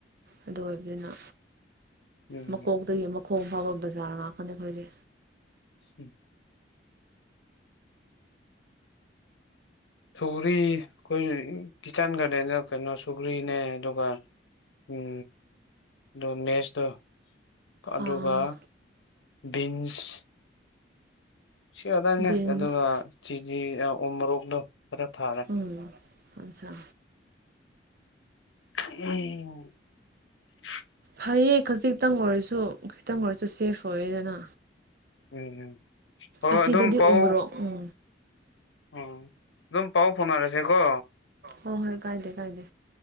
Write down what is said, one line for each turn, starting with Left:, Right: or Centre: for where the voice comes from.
Right: ꯑꯗꯨ ꯑꯣꯏꯕꯅꯤꯅ
Left: ꯎꯝ
Right: ꯃꯀꯣꯛꯇꯒꯤ ꯃꯈꯣꯡ ꯐꯥꯕ ꯕꯖꯥꯔ ꯉꯥꯛꯀꯅꯤ ꯑꯩꯈꯣꯏꯗꯤ
Left: <unintelligible> ꯁꯧꯒ꯭ꯔꯤ ꯑꯩꯈꯣꯏ ꯀꯤꯆꯥꯟ ꯒꯥꯔꯗꯦꯟꯗ ꯀꯩꯅꯣ ꯁꯨꯒ꯭ꯔꯤꯅꯦ ꯑꯗꯨꯒ ꯎꯝ ꯗꯣ ꯃꯦꯁꯇꯣ ꯑꯗꯨꯒ
Right: ꯑꯥ
Left: ꯕꯤꯟꯁ ꯁꯤ ꯈꯛꯇꯅꯦ
Right: ꯕꯤꯟꯁ
Left: ꯑꯗꯨꯒ ꯆꯤꯅꯤ ꯑ ꯎ ꯃꯣꯔꯣꯛꯗꯣ ꯈꯔꯥ ꯊꯥꯔꯦ
Right: ꯎꯝ ꯑꯠꯆꯥ
Left: <unintelligible>
Right: ꯐꯩꯌꯦ ꯈꯖꯤꯛꯇꯪ ꯑꯣꯏꯔꯁꯨ ꯈꯤꯇꯪ ꯑꯣꯏꯔꯁꯨ ꯁꯦꯐ ꯑꯣꯏꯔꯦꯗꯅ
Left: ꯎꯝ ꯎꯝ ꯍꯣꯏ
Right: ꯑꯁꯤꯗꯗꯤ
Left: ꯑꯗꯨꯝ ꯄꯥꯎ
Right: ꯎꯃꯣꯔꯣꯛ ꯎꯝ
Left: ꯎꯝ ꯑꯗꯨꯝ ꯄꯥꯎ ꯐꯥꯎꯅꯔꯁꯦꯀꯣ
Right: ꯍꯣꯏ ꯍꯣꯏ ꯀꯥꯏꯗꯦ ꯀꯥꯏꯗꯦ